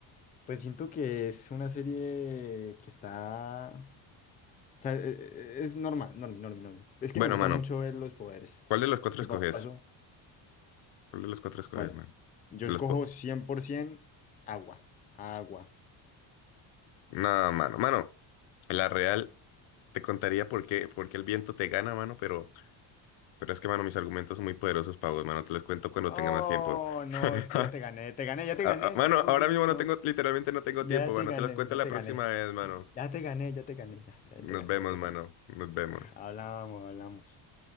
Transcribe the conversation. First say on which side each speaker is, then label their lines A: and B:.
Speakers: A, on the left (about 20°); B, on the left (about 80°).
A: pues siento que es una serie que está, o sea, e- e- e, es normal, normi, normi, normi. Es
B: Bueno,
A: que me gusta
B: mano,
A: mucho ver los poderes.
B: ¿cuál de los cuatro
A: ¿Qué
B: escoges?
A: pa- pasó?
B: ¿Cuál de los cuatro escoges,
A: ¿Cuál?
B: mano?
A: Yo
B: De
A: escojo
B: los po-
A: 100% agua, agua.
B: No, mano, mano, la real te contaría por qué, por qué el viento te gana, mano, pero, pero es que, mano, mis argumentos son muy poderosos para vos, mano, te los cuento cuando
A: Oh,
B: tenga más tiempo.
A: no,
B: <laughs>
A: es que ya te gané, te gané, ya te
B: A-
A: gané.
B: a-
A: Entonces
B: Mano,
A: vos
B: ahora
A: decís,
B: mismo no
A: no,
B: tengo, literalmente no tengo
A: ya
B: tiempo, mano,
A: te gané,
B: te los cuento
A: ya
B: la
A: te
B: próxima
A: gané,
B: vez, mano.
A: ya te gané, ya te gané, ya, ya
B: Nos
A: te gané,
B: vemos,
A: ya te
B: mano,
A: gané. <laughs>
B: nos vemos.
A: Ah, Hablamos, hablamos.